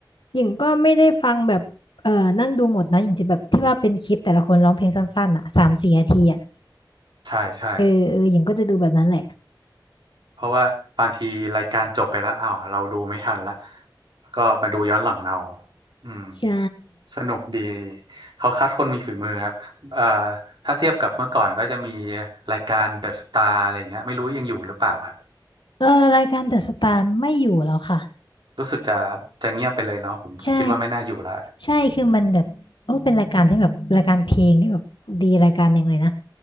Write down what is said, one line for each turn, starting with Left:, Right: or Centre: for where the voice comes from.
Left: หญิงก็ไม่ได้ฟังแบบเอ่อนั่งดูหมดนะหญิงจะแบบที่ว่าเป็นคลิปแต่ละคนร้องเพลงสั้นๆอ่ะสามสี่นาทีอ่ะ
Right: ใช่ใช่
Left: เออเออหญิงก็จะดูแบบนั้นแหละ
Right: เพราะว่าบางทีรายการจบไปแล้วอ้าวเราดูไม่ทันละก็มาดูย้อนหลังเอาอืม
Left: ใช่
Right: สนุกดีเขาคัดคนมีฝีมือครับเอ่อถ้าเทียบกับเมื่อก่อนก็จะมีรายการเดอะสตาร์อะไรอย่างเงี้ยไม่รู้ยังอยู่หรือเปล่าครับ
Left: เออรายการเดอะสตาร์ไม่อยู่แล้วค่ะ
Right: รู้สึกจะจะเงียบไปเลยเนาะผมคิดว่าไม่น่าอยู่ละ
Left: ใช่ใช่คือมันแบบโอ้เป็นรายการที่แบบรายการเพลงที่แบบดีรายการหนึ่งเลยนะ